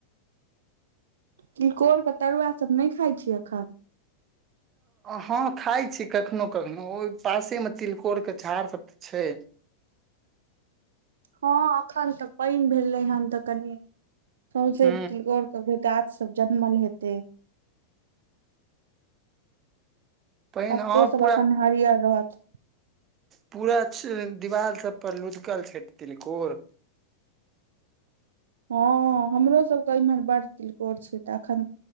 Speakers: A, on the right; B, on the right.
A: तीलकोर के तरुआ सब नै खाइ छी एखन
B: हँ खाइ छी कखनो कखनो ओहि पासेमे तिलकोरके झार सभ तऽ छै
A: हँ एखन तऽ पैन भेलै हन तऽ कनि सौंसे
B: ह
A: ति गोर क गाछ सब जनमल हेतै
B: पानि
A: पात्तो
B: हँ
A: सब
B: पूरा
A: एखन हड़ियर रहत
B: पूरा च दिवाल सब पर लुधकल छै तिलकोर
A: हँ हमरो सभके इमहर बड़ तिलकोर छै तऽ एखन